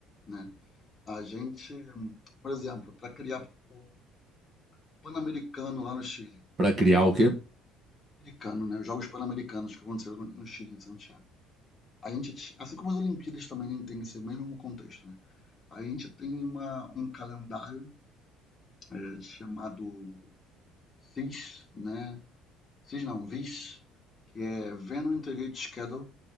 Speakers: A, on the left; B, on the right.
A: né? A gente, hum, por exemplo, para criar o Pan-Americano lá no Chile.
B: Para criar o quê?
A: Pan-Americano, né? Os Jogos Pan-Americanos que aconteceram no no Chile, em Santiago. A gente ti assim como as Olimpíadas também tem esse mesmo contexto, né. A gente tem uma um calendário, eh, chamado VIS, né, VIS não, VIS, que é Venus Integrated Schedule,